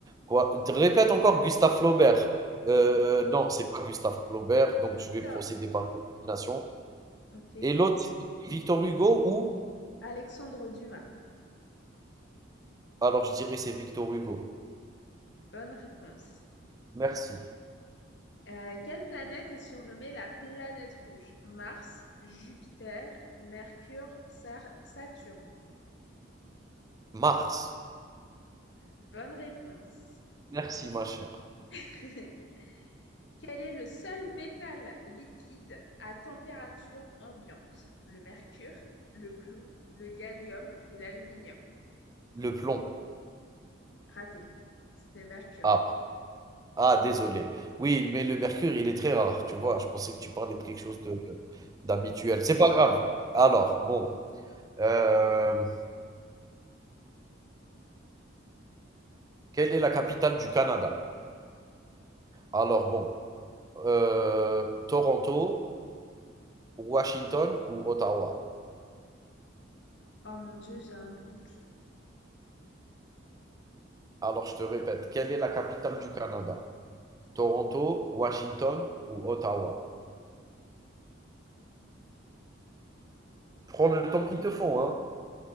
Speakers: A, on the right; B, on the left.
A: Quoi? Te Répète encore Gustave Flaubert. Euh, non, c'est pas Gustave Flaubert, donc
B: Victor.
A: je vais procéder par élimination.
B: Ok.
A: Et l'autre, c'est Victor Hugo ou?
B: Alexandre Dumas.
A: Alors je dirais c'est Victor Hugo.
B: Bonne réponse.
A: Merci.
B: Euh, quelle planète est surnommée la planète rouge? Mars, Jupiter, Mercure, Sar- Saturne.
A: Mars.
B: Bonne réponse.
A: Merci ma chère.
B: <laughs> Quel est le seul métal liquide à température ambiante? Le mercure, le plomb, le gallium ou l'aluminium?
A: Le plomb.
B: Raté. C'était mercure.
A: Ah, ah, désolé. Oui, mais le mercure, il est très rare, tu vois. Je pensais que tu parlais
B: Oh,
A: de quelque chose de d'habituel.
B: allez.
A: C'est pas grave. Alors, bon. Euh, quelle est la capitale du Canada? Alors, bon. Euh, Toronto, Washington ou Ottawa?
B: Oh mon Dieu, j'ai un doute.
A: Alors, je te répète, quelle est la capitale du Canada? Toronto, Washington ou Ottawa? Prends le temps qu'il te faut, hein.